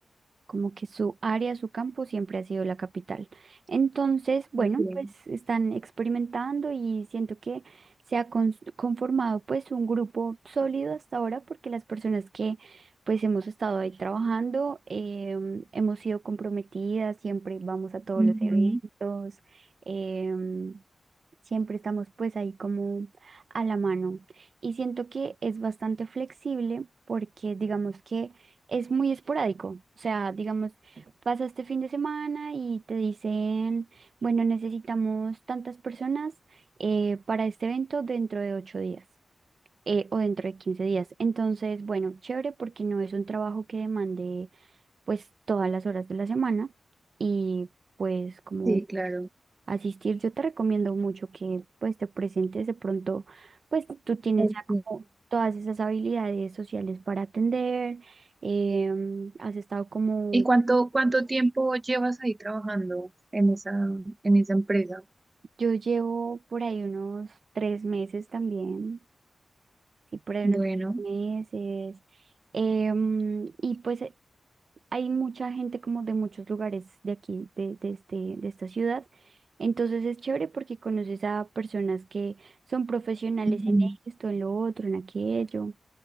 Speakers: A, on the right (about 65°); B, on the right (about 30°).
A: como que su área, su campo siempre ha sido la capital. Entonces, bueno,
B: ok,
A: pues están experimentando y siento que se ha cons- conformado pues un grupo sólido hasta ahora porque las personas que pues hemos estado ahí trabajando, em, hemos sido comprometidas, siempre vamos a todos
B: ujú,
A: los eventos, em, Siempre estamos pues ahí como a la mano. Y siento que es bastante flexible porque digamos que es muy esporádico. O sea, digamos, pasa este fin de semana y te dicen, bueno, necesitamos tantas personas eh, para este evento dentro de ocho días eh, o dentro de 15 días. Entonces, bueno, chévere porque no es un trabajo que demande pues todas las horas de la semana y pues como
B: Sí, claro.
A: asistir. Yo te recomiendo mucho que pues te presentes de pronto, pues tú tienes
B: Ok.
A: ya como todas esas habilidades sociales para atender, em, has estado como,
B: ¿Y cuánto, cuánto tiempo llevas ahí trabajando en esa, en esa empresa?
A: yo llevo por ahí unos tres meses también, sí, por ahí
B: Bueno.
A: unos tres meses. em, y pues hay mucha gente como de muchos lugares de aquí, de, de este, de esta ciudad. Entonces es chévere porque conoces a personas que son profesionales
B: ujú.
A: en esto, en lo otro, en aquello,